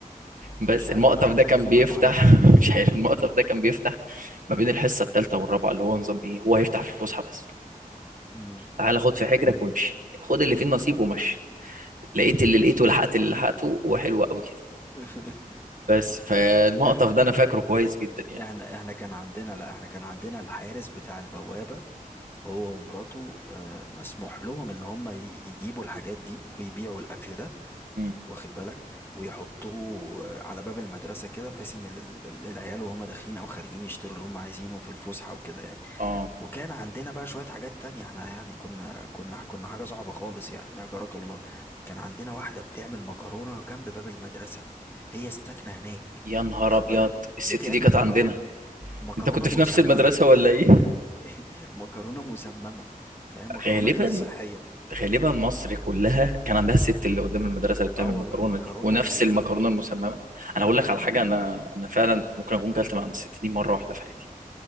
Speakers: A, on the right; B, on the left.
A: بس
B: مش عارف
A: المقطف
B: ده بتقطفوا
A: ده كان بيفتح
B: منه حاجه
A: <laughs> مش عارف المقطف ده كان بيفتح ما بين الحصة الثالثة والرابعة اللي هو نظام ايه هو هيفتح في الفسحة بس
B: امم
A: تعالى خد في حجرك وامشي خد اللي فيه النصيب ومشي لقيت اللي لقيته لحقت اللي لحقته وحلو قوي كده
B: <laughs>
A: بس فالمقطف
B: لا احنا
A: ده انا فاكره كويس جدا يعني
B: احنا احنا كان عندنا لا احنا كان عندنا الحارس بتاع البوابه هو ومراته آه، مسموح لهم ان هم ي- يجيبوا الحاجات دي ويبيعوا الاكل ده
A: مم.
B: واخد بالك ويحطوه على باب المدرسة كده بحيث ان ال- ال- العيال وهم داخلين او خارجين يشتروا اللي هم عايزينه في الفسحة وكده يعني
A: اه
B: وكان عندنا بقى شوية حاجات تانية احنا يعني كنا كنا كنا حاجة صعبة خالص يعني أجرك الله كان عندنا واحدة بتعمل مكرونة جنب باب المدرسة هي ساكنة هناك
A: يا نهار
B: واخد
A: ابيض
B: بالك
A: الست
B: بتعمل
A: دي كانت
B: مكرونة
A: عندنا
B: مكرونة
A: انت كنت في
B: مسممة
A: نفس المدرسه ولا ايه
B: <laughs> مكرونة مسممة فاهم مكرونة
A: غالبا
B: غير صحية
A: غالبا مصر كلها كان عندها الست اللي قدام المدرسه اللي بتعمل
B: اه والله
A: مكرونه
B: مكرونة
A: دي ونفس
B: غريبة
A: المكرونه المسممه انا هقول لك على حاجه انا انا فعلا ممكن اكون كلت من عند الست دي مره واحده في حياتي